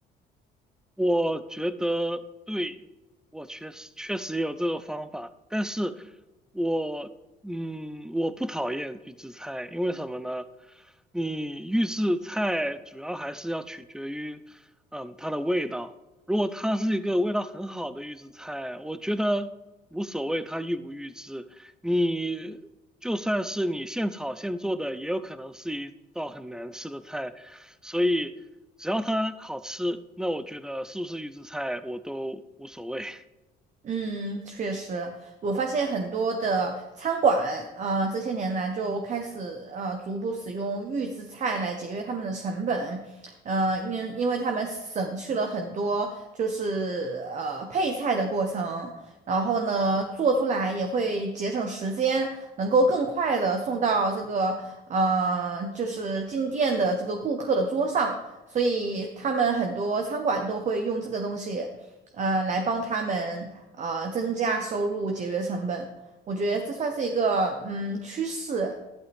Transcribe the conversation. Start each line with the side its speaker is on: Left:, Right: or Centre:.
Centre: 我觉得对，我确实确实也有这个方法，但是我嗯，我不讨厌预制菜，因为什么呢？你预制菜主要还是要取决于嗯它的味道，如果它是一个味道很好的预制菜，我觉得无所谓它预不预制，你就算是你现炒现做的，也有可能是一道很难吃的菜。所以只要它好吃，那我觉得是不是预制菜我都无所谓。
Right: 嗯，确实，我发现很多的餐馆，呃，这些年来就开始呃逐步使用预制菜来节约他们的成本，呃，因因为他们省去了很多就是呃配菜的过程，然后呢做出来也会节省时间，能够更快的送到这个呃就是进店的这个顾客的桌上，所以他们很多餐馆都会用这个东西。呃，来帮他们呃增加收入、节约成本。我觉得这算是一个嗯趋势，